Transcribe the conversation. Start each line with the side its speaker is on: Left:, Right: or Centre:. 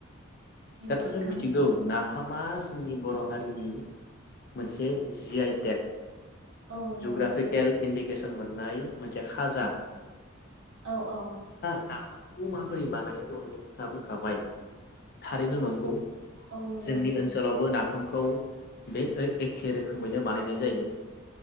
Right: नंगौ
Left: दाथ'
Right: नोंथां
Left: जों मिथिगौ नाफामा जोंनि बर' हारिनि मोनसे जि आइ टेक
Right: औ नंगौ
Left: जग्राफिकेल
Right: नोंथां
Left: इडिके केसन मोननाय मोनसे खाजा
Right: औ औ
Left: नाफाखौ माबोरै बानायो दहाय नोंथाङा बुंखाबाय थारैनो नंगौ
Right: औ नंगौ
Left: जोंनि
Right: नोंथां
Left: ओनसोलावबो ना खौ बे एखे रोखोमैनो बानायनाय जायो